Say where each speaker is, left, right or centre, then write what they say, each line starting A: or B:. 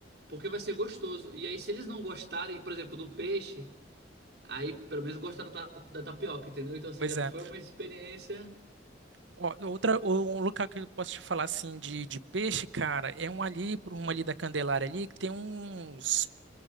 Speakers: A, on the right; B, on the right.
A: Porque vai ser gostoso. E aí, se eles não gostarem, por exemplo, do peixe, aí pelo menos gostaram da, da tapioca, entendeu? Então, assim,
B: Pois
A: já não
B: é.
A: foi uma experiência.
B: Ó, outra, o- um lugar que eu posso te falar assim de, de peixe, cara, é um ali, por uma ali da Candelária ali, que tem uns,